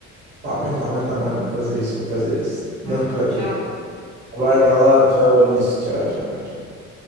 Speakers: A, on the right (about 40°); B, on the right (about 15°).
A: tá bem, tá bem, tá bem. Vou fazer isso, vou fazer isso.
B: Tá,
A: Não te preocupes.
B: tchau então.
A: Vai,
B: Obrigada.
A: vai lá, tchau, Anísio. Tchau, tchau, tchau.